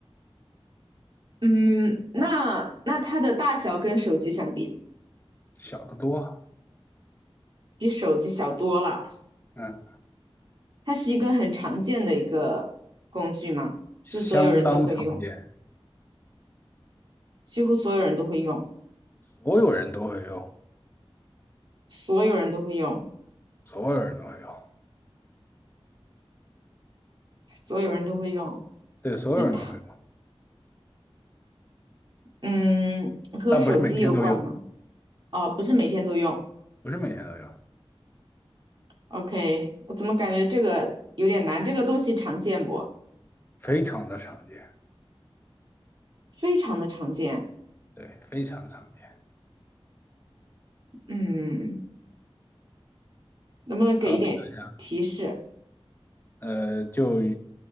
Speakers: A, on the right (about 50°); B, on the left (about 20°).
A: 嗯，那那它的大小跟手机相比呢
B: 小的多哈，
A: 比手机小多了。
B: 嗯，
A: 它是一个很常见的一个工具嘛，
B: 相当常见，
A: 就所有人都会用，几乎所有人都会用，
B: 所有人都会用，
A: 所有人都会用，
B: 所有人都会用，
A: 所有人都会用。
B: 对，所有人都会用，
A: 那它，嗯，和手机有关吗？
B: 但不是每天都用，
A: 哦，不是每天都用。
B: 不是每天都用。
A: OK，我怎么感觉这个有点难？这个东西常见不？
B: 非常的常见，
A: 非常的常见。
B: 对，非常常见。
A: 嗯，能不能给一点提示？
B: 好，想想，呃，就